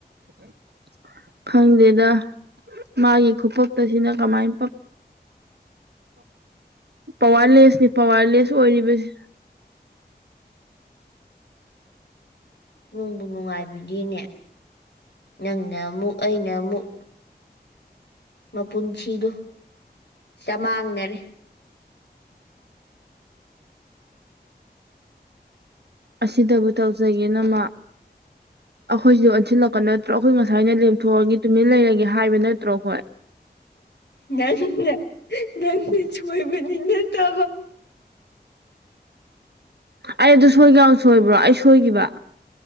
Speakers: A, on the right (about 70°); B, on the left (about 80°).
A: ꯎꯝ ꯈꯪꯗꯦꯗ ꯃꯥꯒꯤ ꯈꯨꯐꯛꯇꯁꯤꯅ ꯀꯃꯥꯏꯅ ꯄꯋꯥꯔꯂꯦꯁꯅꯤ ꯄꯋꯥꯔꯂꯦꯁ ꯑꯣꯏꯔꯤꯕꯁꯤ
B: ꯅꯨꯡꯕꯨ ꯅꯨꯡꯉꯥꯏꯕꯤꯗꯤꯅꯦ ꯅꯪꯅ ꯑꯃꯨꯛ ꯑꯩꯅ ꯑꯃꯨꯛ ꯃꯄꯨꯟꯁꯤꯗꯣ ꯆꯃꯥꯡꯅꯔꯦ
A: ꯑꯁꯤꯗꯕꯨ ꯇꯧꯖꯒꯦ ꯅꯃ ꯑꯩꯈꯣꯏꯁꯨ ꯑꯣꯟꯁꯤꯜꯂꯛꯄ ꯅꯠꯇ꯭ꯔꯣ ꯑꯩꯈꯣꯏ ꯉꯁꯥꯏꯅ ꯂꯦꯝꯊꯣꯛꯑꯒꯦ ꯇꯨꯃꯤꯟ ꯂꯩꯔꯒꯦ ꯍꯥꯏꯕ ꯅꯠꯇ꯭ꯔꯣ ꯑꯩꯈꯣꯏ
B: ꯅꯪꯅ ꯅꯪꯗꯤ ꯁꯣꯏꯕꯅꯤꯅ ꯇꯥꯕ
A: ꯑꯩ ꯑꯗꯨ ꯁꯣꯏꯒ ꯁꯣꯏꯕ꯭ꯔꯣ ꯑꯩ ꯁꯣꯏꯈꯤꯕ